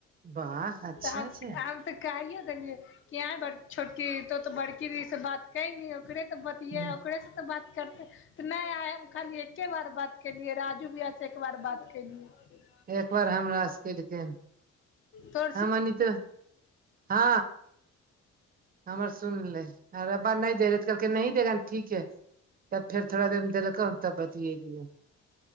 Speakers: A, on the right (about 30°); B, on the left (about 45°).
A: वाह अच्छा
B: तऽ
A: छै
B: हम तऽ कहियो देलियै कि आई बड़ छोटकी तऽ तो बड़की दीदी से बात कैनि ओकरे तऽ ब
A: हम्म,
B: किया ओकरेसँ तऽ बात करतै तऽ नहि आइ हम खाली एके बार बात केलियै राजू भैया से एक बार बात केलियै
A: एकबार हमरास सकेजे केजकिन
B: तऽ
A: हँ मन नितो हँ हमर सुनलेैय ओकरा बाद नहि दे रहै तऽ कहलकै नही देगा ठीक ह तब फेर थोड़ा देर मे देलक तब बतिय लिय